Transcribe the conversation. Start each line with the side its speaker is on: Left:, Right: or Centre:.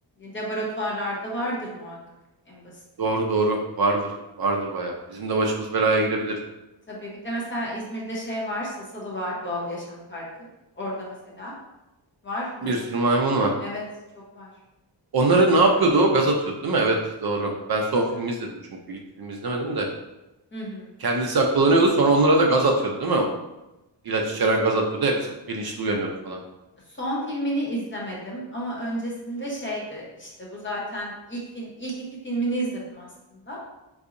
Left: laboratuvarlarda vardır muhakkak en basiti.
Right: Doğru doğru. Vardır. Vardır bayağı. Bizim de başımız belaya girebilir.
Left: Tabii bir de mesela İzmir'de şey var Sasalı var Doğal Yaşam Parkı. Orada mesela var maymun.
Right: Bir sürü maymun var.
Left: Evet çok var.
Right: Onları ne yapıyordu o? Gaz atıyordu değil mi? Evet doğru. Ben son filmi izledim çünkü ilk filmi izlemedim de.
Left: Hı hı.
Right: Kendisi akıllanıyordu sonra onlara da gaz atıyordu değil mi? O İlaç içeren gaz atıyordu. Hepsi bilinçli uyanıyordu falan.
Left: Son filmini izlemedim ama öncesinde şeydi işte bu zaten ilk film ilk iki filmini izledim aslında.